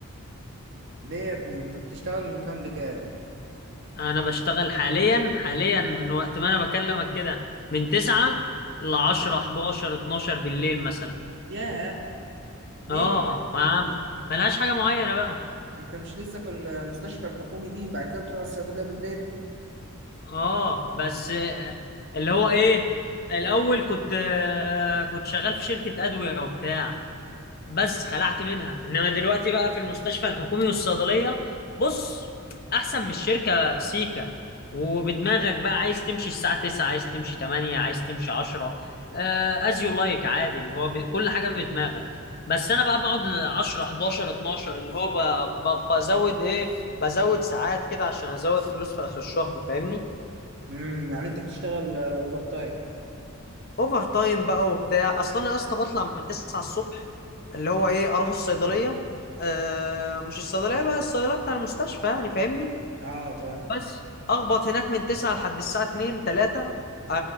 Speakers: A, on the right (about 55°); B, on the left (about 45°).
A: ليه يا ابني انت بتشتغل من كام لكام
B: انا بشتغل حاليا حاليا من وقت ما انا بكلمك كده من 9 ل 10 11 12 بالليل مثلا
A: ياه ليه
B: اه
A: انت
B: ما
A: انت مش
B: ملهاش حاجه معينه بقى
A: انت مش لسه في المستشفى الحكومي دي بعد كده بتروح الصيدلية بالليل
B: اه بس آه، اللي هو ايه الاول كنت آه، كنت شغال في شركه ادويه وبتاع بس خلعت منها انما دلوقتي بقى في المستشفى الحكومي والصيدليه بص احسن من الشركه سيكا وبدماغك بقى عايز تمشي الساعه 9 عايز تمشي 8 عايز تمشي 10 از يو لايك عادي اللي هو ب... كل حاجه بدماغك بس انا بقى بقعد ل 10 11 12 اللي هو ب... ب... بزود ايه بزود ساعات كده عشان ازود فلوس في اخر الشهر فاهمني
A: امم يعني انت بتشتغل آه، اوفر تايم
B: اوفر تايم بقى وبتاع اصلا انا يا اسطى بطلع من 9 الصبح اللي هو ايه اروح الصيدليه آه مش الصيدليه بقى الصيدليه بتاع المستشفى يعني فاهمني
A: اه فاهم
B: بس اخبط هناك من 9 لحد الساعه 2 3 آه،